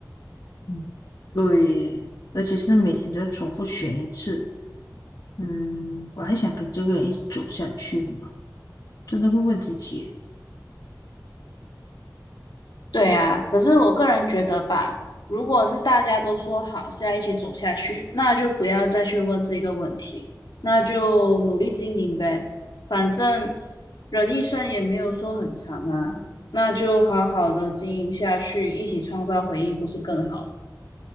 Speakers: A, on the left; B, on the left.
A: 嗯，对，而且是每天都要重复选一次。嗯，我还想跟这个人一起走下去嘛？真的会问自己耶。
B: 对啊，可是我个人觉得吧，如果是大家都说好是要一起走下去，那就不要再去问这个问题，那就努力经营呗。反正人一生也没有说很长啊，那就好好的经营下去，一起创造回忆，不是更好吗？